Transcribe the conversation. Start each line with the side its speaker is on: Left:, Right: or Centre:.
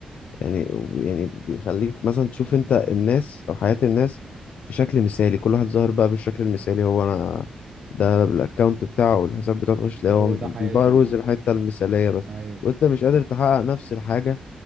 Left: يعني يعني بيخليك مثلا تشوف انت الناس او حياة الناس في شكل مثالي كل واحد ظاهر بقى بالشكل المثالي هو انا ده الاكونت بتاعه والحساب بتاعه تخش تلاقيه
Right: هو
Left: هو
Right: ده حياته
Left: بقى روز الحتة المثالية بس
Right: ايوه
Left: وانت مش قادر تحقق نفس الحاجة